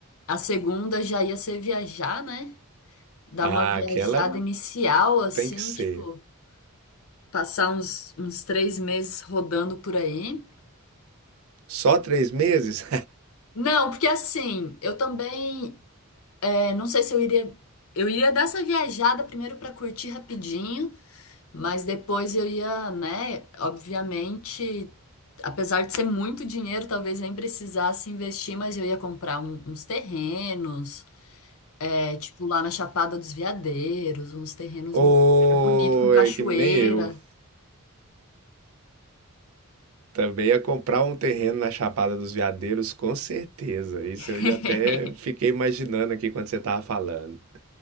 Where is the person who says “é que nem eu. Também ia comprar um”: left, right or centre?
Right